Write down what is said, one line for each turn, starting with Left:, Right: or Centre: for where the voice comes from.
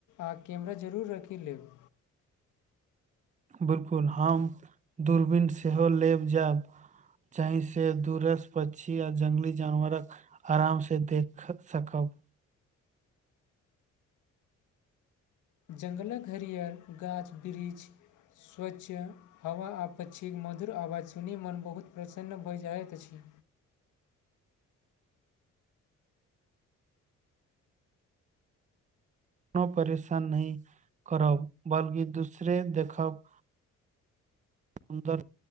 Left: आ कैमरा जरूर राखि लेब
Right: बिलकुल हम दूरबीन सेहो लेब जायब जहिसे दूरस पक्षी आ जंगली जानवरक आराम से देख सकब
Left: जङ्गलक हरियर गाछ वृक्ष स्वच्छ हवा आ पक्षीक मधुर आवाज सुनी मन बहुत प्रसन्न भऽ जाइत अछि
Right: कोनो परेशान नहि करब बल्कि दूसरे देखब सुन्दर